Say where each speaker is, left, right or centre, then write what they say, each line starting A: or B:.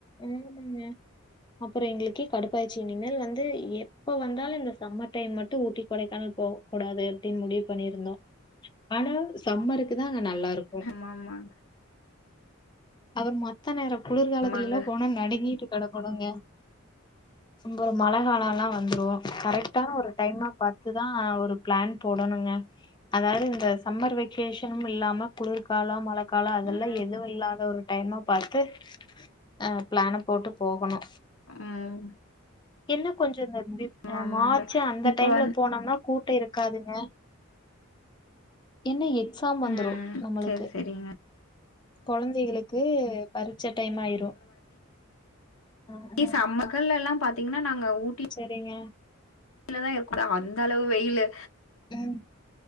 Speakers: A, on the left; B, on the left.
A: ஆமாங்க அப்புறோ எங்களுக்கு கடுப்பாய்ர்ச்சு இனிமேல் வந்து எப்ப வந்தாலு இந்த சம்மர் டைம் மட்டு ஊட்டி கொடைக்கானல் போக கூடாது அப்டின் முடிவு பண்ணிருந்தோ ஆனா சம்மருக்கு தா அங்க நல்லா இருக்கு
B: மாமாங்
A: அபர் மத்த நேர குளிர்காலத்துல்
B: ஆமாங்க
A: எல்லா போனா நடுங்கிட்டு கெடக்கனுங்க அம்பறம் ஒரு மழ காலம்லா வந்துரு கரெக்டான ஒரு டைமா பாத்துதா ஒரு ப்ளான் போடணுங்க அதாவ்து இந்த சம்மர் வெக்கேஷனும் இல்லாம குளிர்காலோ மழக்காலோ அதெல்லா
B: ம்
A: எது எதுவு இல்லாத ஒரு டைமா பாத்து ஆ ப்ளான போட்டு போகணு
B: ம்
A: இன்னு கொஞ்சோ நெறய பேர்
B: ஆமாமாங்க
A: அ மார்ச்சு அந்த
B: இப்போ
A: டைம்ல
B: வந்
A: போனோம்னா கூட்டோ இருக்காதுங்க ஏன்னா எக்ஸாம் வந்துரு
B: ம்
A: நம்மளுக்கு
B: செரி செரிங்க
A: கொழந்தைகளுக்கு பரிச்ச டைம் ஆயிரு ஆ
B: ஏ
A: ஆ
B: சம்மகல்லெல்லா பாத்தீங்கன்னா நாங்க ஊட்டி
A: செரிங்க
B: யில்லதா இருக்குதா அந்த அளவு வெயிலு
A: ம்